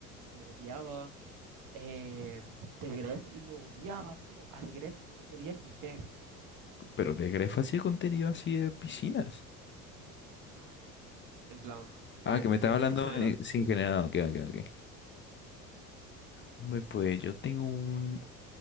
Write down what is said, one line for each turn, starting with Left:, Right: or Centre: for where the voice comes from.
Right: lo odiaba. Eh, The Gref lo odiaba, bro. A The Gref no lo podía ni ver.
Left: Pero de Grefa hacía contenido así de piscinas.
Right: No. En plan, me
Left: Ah, que me estaba
Right: refiero
Left: hablando
Right: en general.
Left: eh, sin generado Ok, ok, ok. Hombre, pues yo tengo un,